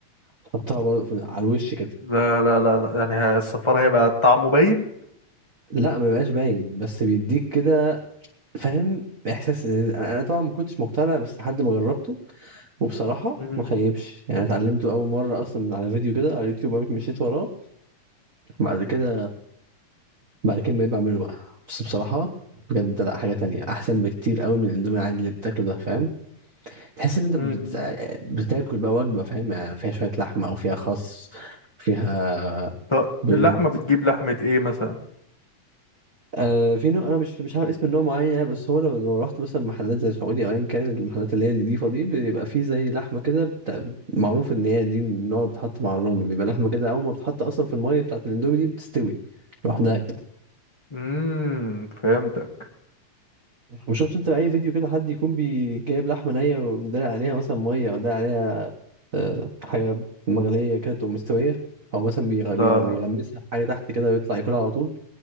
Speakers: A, on the right; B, on the left.
A: تحطها برضه في- على الوش كده
B: لا لا لا لا يعني ه- الصفار هيبقى طعمه باين
A: لا ما بيبقاش باين بس بيديك كده فاهم احساس انا أنا طبعا ما كنتش مقتنع بس لحد ما جربته وبصراحه
B: امم
A: ما خيبش يعني اتعلمته اول مره اصلا من على فيديو كده على اليوتيوب قمت مشيت وراه بعد كده بعد كده بقيت بعمله بقى بس بصراحه بجد لا حاجه تانية احسن بكتير قوي من الاندومي العادي اللي بتاكله ده فاهم تحس ان انت
B: امم
A: بت... بتاكل بقى وجبه فاهم يعني فيها شويه لحمه او فيها خس فيها
B: طب
A: بيض
B: اللحمه بتجيب لحمه ايه مثلا
A: آه في نوع انا مش مش عارف اسم النوع معين يعني بس هو لو لو رحت مثلا محلات زي سعودي او ايا كان المحلات اللي هي النضيفه دي بيبقى فيه زي لحمه كده بت... معروف ان هي دي النوع اللي بتتحط مع الرام بيبقى لحمه كده اول ما بتتحط اصلا في الميه بتاعت الاندومي دي بتستوي لوحدها كده
B: امم فهمتك
A: وشفت انت اي فيديو كده حد يكون بي- جايب لحمه نيه ومدلق عليها مثلا ميه او دلق عليها آه، حاجه مغليه كده تقوم مستويه او مثلا بيغ-
B: لا
A: بيغ- بيغمسها في حاجه تحت كده ويطلع ياكلها على طول